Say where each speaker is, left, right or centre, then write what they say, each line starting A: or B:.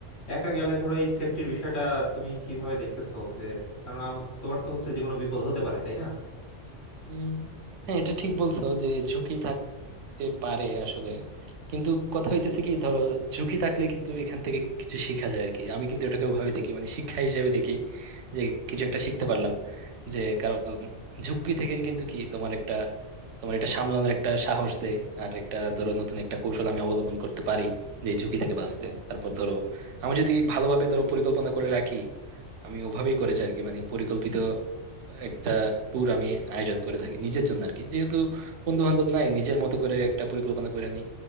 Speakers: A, on the left (about 85°); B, on the right (about 80°).
A: একা গেলে ধরো এই সেফটির বিষয়টা তুমি কিভাবে দেখতেছো যে কারণ আমার তোমার তো হচ্ছে যে কোনো বিপদ হতে পারে তাই না
B: হম হ্যাঁ এটা ঠিক বলছো যে ঝুঁকি তে পারে আসলে কিন্তু কথা হইতেছে কি ধরো ঝুঁকি থাকলে কিন্তু এখান থেকে কিছু শিখা যায় আর কি আমি কিন্তু এটাকে ওভাবে দেখি মানে শিক্ষা হিসেবে দেখি যে কিছু একটা শিখতে পারলাম যে কারণ ঝুঁকি থেকে কিন্তু কি তোমার একটা তোমার এটা সামলানোর একটা সাহস দেয় আর একটা ধরো নতুন একটা কৌশল আমি অবলম্বন করতে পারি যে এই ঝুঁকি থেকে বাঁচতে তারপর ধরো আমি যদি ভালোভাবে ধরো পরিকল্পনা করে রাখি আমি ওভাবেই করে যাই আর কি মানে পরিকল্পিত একটা ট্যুর আমি আয়োজন করে থাকি নিজের জন্য আর কি যেহেতু বন্ধু বান্ধব নাই নিজের মতো করে একটা পরিকল্পনা করে নি